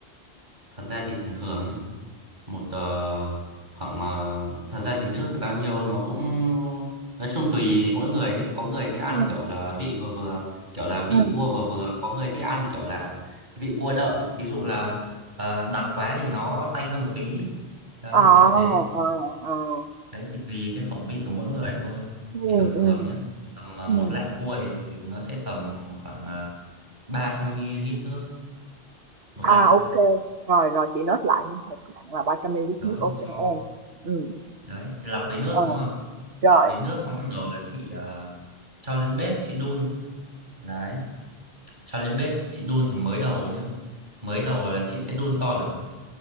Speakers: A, on the right (about 50°); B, on the right (about 85°).
A: thật ra thì thường thường nhá một ờ, khoảng ờ, thật ra thì nước thì bao nhiêu nó cũng nói chung tùy mỗi người ấy. Có người thích ăn
B: ừ
A: kiểu là vị vừa vừa kiểu là vị
B: ừ
A: cua vừa vừa có người thích ăn kiểu là vị cua đậm thí dụ là ờ, đặc quá thì nó tanh hơn một tí đấy
B: Ờ,
A: kiểu thế
B: ờ, ờ.
A: đấy thì tùy cái khẩu vị của mỗi người thôi
B: ừ
A: thì thường thường
B: ừ
A: nhá tầm ờ,
B: ừm.
A: một lạng cua thì nó sẽ tầm khoảng uh, 300 ml nước một
B: À,
A: lạng
B: ô rồi, rồi chị nốt lại nha, một lạng là ba trăm ml
A: đó
B: nước, ok
A: thì cho
B: em. ừ
A: đấy thì lọc lấy nước
B: ờ,
A: đúng không
B: rồi,
A: lọc lấy nước xong bắt đầu là chị ờ, cho lên bếp chị đun đấy cho lên bếp chị đun thì mới đầu nhá mới đầu là chị sẽ đun to lửa